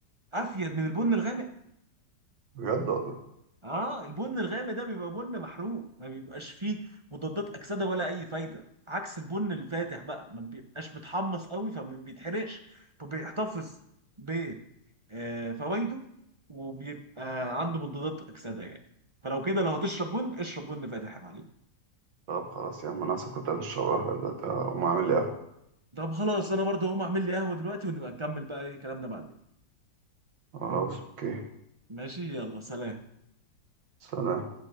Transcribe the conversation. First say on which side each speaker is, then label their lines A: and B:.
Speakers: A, on the right; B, on the right.
A: افيد من البن الغامق
B: بجد والله
A: اه البن الغامق ده بيبقى بن محروق ما بيبقاش فيه مضادات اكسده ولا اي فايده عكس البن الفاتح بقى ما بيبقاش متحمص قوي فما بيتحرقش فبيحتفظ ب آه، فوائده وبيبقى عنده مضادات اكسده يعني فلو كده لو هتشرب بن اشرب بن فاتح يا معلم
B: طب خلاص يا عم انا أصلا كنت عايز اشرب قهوة دلوقتي هقوم اعمل لي قهوة
A: طب خلاص انا برضه هقوم اعمل لي قهوه دلوقتي ونبقى نكمل بقى ايه كلامنا بعدين
B: خلاص اوكي
A: ماشي يلا سلام
B: سلام